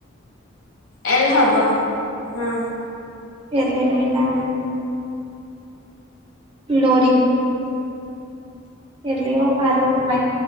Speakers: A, on the left (about 80°); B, on the right (about 25°).
A: ଏଲ୍ ହବ ହୁଁ।
B: ଏଲ ରେ ହେଲା ଲୋରି। ଏଲିଓ ଆର ଓ ୱାଇ।